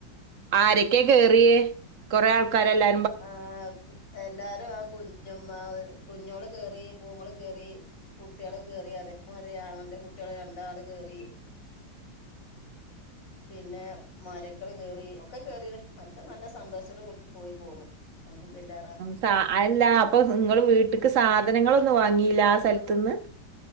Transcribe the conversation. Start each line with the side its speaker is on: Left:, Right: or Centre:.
Right: ആരൊക്കെയ കേയറിയേ കുറെ ആൾക്കാരല്ലേ
Left: ആഹ് എല്ലാരും ആ കുഞ്ഞുമ്മ ആ കുഞ്ഞോള് കേറി പൂമോള് കേറി കുട്ടികള് കേറി അതേമാതിരി ആങ്ങളുടെ കുട്ടികള് രണ്ടാള് കേറി പിന്നെ മരക്കള് കേറി ഒക്കെ കേറിന് ഒക്കെ നല്ല സന്തോഷത്തോട്കൂടി പോയി പോന്നു അൽഹംദുലില്ല.
Right: സ അയല്ല അപ്പൊ നിങ്ങള് വീട്ടക്ക് സാധനങ്ങളൊന്നും വാങ്ങിയില്ല ആ സ്ഥലത്ത്ന്ന്